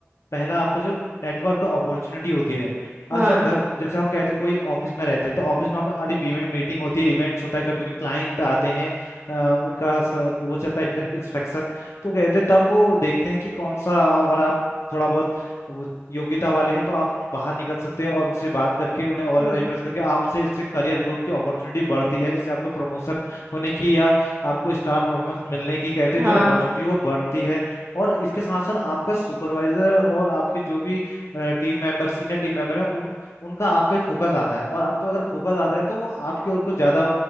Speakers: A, on the left; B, on the right.
A: पहला आपका जो नेटवर्क अपॉर्चुनिटी होती है
B: हाँ
A: अच्छा घर जैसे हम कहते हैं कोई ऑफिस में रहते हैं तो ऑफिस में हमारी मीटिंग होती है इवेंट्स होता है कभी कभी क्लाइंट आते हैं अ, उनका स- वो चलता है इंस्पेक्शन तो कहते तब वो देखते हैं कि कौन सा अगर आप थोड़ा बहुत वो योग्यता वाले हैं तो आप बाहर निकल सकते हैं और उनसे बात करके उन्हें और
B: हम्म
A: ज़्यादा इम्प्रेस करके आपसे इससे करियर ग्रोथ की अपॉर्चुनिटी बढ़ती है इससे आपको प्रमोशन होने की या आपको स्टार परफॉर्मेंस मिलने की कहते
B: हाँ
A: हैं जो अपॉर्चुनिटी वो बढ़ती है और इसके साथ साथ आपका सुपरवाइजर और आपके जो भी team member senior team member हैं उन उनका आप पे फोकस आता है और आप पे अगर फोकस आता है तो वो आपकी ओर को ज़्यादा